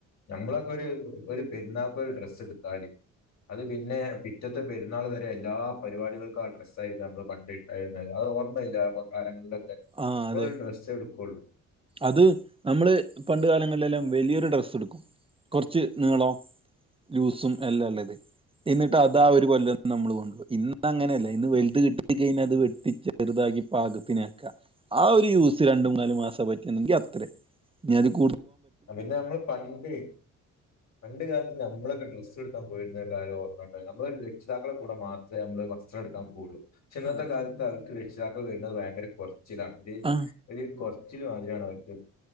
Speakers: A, on the left; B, on the right.
A: മ്മളൊക്കെ ഒരു ഒരു പെരുന്നാപ്പ ഒരു ഡ്രസ്സ് എടുത്താലും അത് പിന്നെ പിറ്റത്തെ പെുന്നാൾ വരെ എല്ലാ പരിപാടികൾക്കും ആ ഡ്രസ്സ ആായിരിക്ക നമ്മള് പണ്ടട്ടായി ഓർമ്മയില്ലപ്പ കാലങ്ങളിലൊക്കെ
B: ആ
A: മുതൽ
B: അതെ
A: ഡ്ര എടുക്കുകയുള്ളൂ
B: അത് നമ്മള് പണ്ട കാലങ്ങളിലെല്ലാം വലിയൊരു ഡ്രസ്സ് എടുക്കും കുറച്ച് നിളോ ലൂസും എല്ലാം ഉള്ളത് എന്നിട്ട് അതാ ഒരു കൊല്ലന്ന് നമ്മൾ കൊണ്ടപോകയി ഇന്ന് അങ്ങനെയല്ല ഇന്ന് വലുത് കിട്ടി കഴിഞ്ഞ അത് വെട്ടിച്ചെുത <unintelligible> ആ ഒരു യുസ് രണ്ടും മൂന്നാല് മാസം പറ്റുന്നെങ്കിൽ അത്രയും ഇനി അതി കൂ
A: പിന്നെ നമ്മള് പണ്ട് പണ്ട് ക നമ്മളൊക്കെ ഡ്രസ്സ് എടുക്കാൻ പോരുന്ന കാര്യം ഓമ്മോട്ട നമ്മ രക്ഷിതാക്കള കൂടെ മാത്രമേ നമ്മള് വസ്ത്ര എടുക്കാൻ പോയുള്ളൂ ചന്നത്തെ
B: അതെ
A: കാലത്ത് അവർക്ക് രക്ഷിതാക്ക കഴിയുന്നത് ഭയങ്കര കുറച്ച കൊ
B: ആ
A: കൊറച്ചില് മാതിരിണ് അവർക്ക്